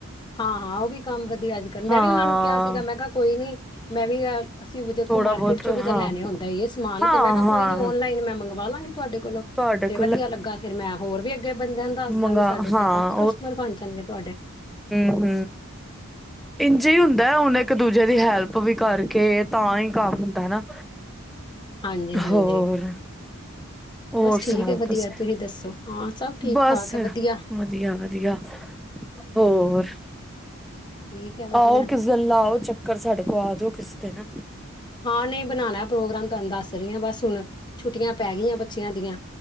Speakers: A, on the left; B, in the centre.
A: ਹਾਂ ਹਾਂ ਉਹ ਵੀ ਕੰਮ ਵਧੀਆ ਅੱਜ ਕੱਲ ਮੈਂ
B: ਹਾਂ
A: ਵੀ ਉਹਨਾਂ ਨੂੰ ਕਿਹਾ ਸੀਗਾ ਮੈਂ ਕਿਹਾ ਕੋਈ ਨੀ ਖਾਲੀ ਜਵਾਬ <unintelligible> ਮੈਂ ਵੀ ਐ ਅਸੀਂ ਵੀ ਦੇਖੋ
B: ਥੋੜਾ
A: ਮਾਰਕੀਟ
B: ਬਹੁਤ
A: ਚੋਂ ਵੀ ਤਾਂ
B: ਹਾਂ
A: ਲੈਣੇ ਹੁੰਦਾ ਇਹ ਸਮਾਨ
B: ਹਾਂ
A: ਤੇ ਮੈਂ ਕਿਹਾ
B: ਹਾਂ
A: ਕੋਈ ਨੀ ਔਨਲਾਈਨ ਮੈਂ ਮੰਗਵਾ ਵਾ ਲਾਂਗੇ ਤੁਹਾਡੇ ਕੋਲੋਂ
B: ਤੁਹਾਡੇ
A: ਜੇ
B: ਕੋਲ
A: ਵਧੀਆ ਲੱਗਾ ਫਿਰ ਮੈਂ ਹੋਰ ਵੀ ਅੱਗੇ ਬੰਦਿਆਂ ਨੂੰ ਦੱਸਦਾ
B: ਮੰਗਾ
A: ਗੀ ਸਾਡੇ
B: ਹਾਂ
A: ਤੇ ਕਾਫ਼ੀ ਕਸਟਮਰ ਬਣ ਜਾਣਗੇ ਤੁਹਾਡੇ
B: ਹੂ ਇੰਝ ਹੀ ਹੁੰਦਾ ਹੁਣ ਇੱਕ ਦੂਜੇ ਦੀ ਹੈਲਪ ਵੀ ਕਰਕੇ ਤਾਂ ਹੀ ਕੰਮ ਹੁੰਦਾ ਹੈ ਨਾ
A: ਹਾਂਜੀ-ਹਾਂਜੀ
B: ਹੋਰ ਹੋਰ
A: ਬਸ ਠੀਕ
B: ਸੁਣਾਔ
A: ਹੈ ਵਧੀਆ
B: ਤੁਸੀਂ
A: ਦੱਸੋ ਹਾਂ ਸਭ ਠੀਕ
B: ਬਸ
A: ਠਾਕ ਹੈ ਵਧੀਆ
B: ਵਧੀਆ ਵਧੀਆ ਹੋਰ
A: ਠੀਕ ਹੈ ਵਧੀਆ
B: ਆਓ ਕਿਸੇ ਦਿਨ ਲਾਓ ਚੱਕਰ ਸਾਡੇ ਕੋਲ ਆ ਜੋ ਕਿਸੇ ਦਿਨ
A: ਹਾਂ ਨਹੀਂ ਬਣਾਉਣਾ ਪ੍ਰੋਗਰਾਮ ਤੁਹਾਨੂੰ ਦੱਸ ਰਹੀ ਹ ਬਸ ਹੁਣ ਛੁੱਟੀਆਂ ਪੈ ਗਈਆਂ ਬ ਬੱਚਿਆਂ ਦੀਆਂ